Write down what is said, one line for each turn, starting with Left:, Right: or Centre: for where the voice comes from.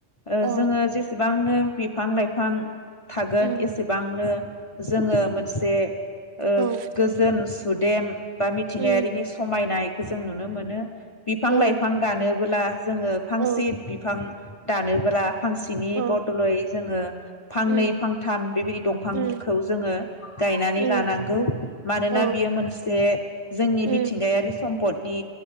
Left: ओ
Right: औ
Left: जोङो जेसेबांनो बिफां लाइ फां थागोन
Right: उम
Left: एसेबांनो जोङो मोनसे ओ
Right: औ
Left: गोजोन सुदेम बा मिथिंगायारिनि
Right: उम
Left: समायनाय जों नुनो मोनो बिफां
Right: औ
Left: लाइफां गानो ब्ला जोङो फांसे
Right: औ
Left: बिफां दानोब्ला फांसेनि
Right: औ
Left: बद'लै जोङो फांनै
Right: उम
Left: फांथाम बेबायदि दंफांखौ
Right: उम
Left: जोङो गायनानै
Right: उम
Left: लानांगौ मानोना
Right: औ
Left: बियो मोनसे जोंनि
Right: उम
Left: मिथिंगायारि सम पदनि